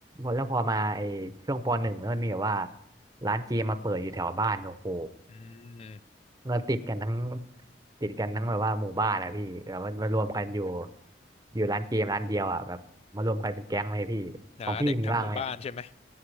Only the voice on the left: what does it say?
อืม
นะเด็กทั้งหมู่บ้านใช่ไหม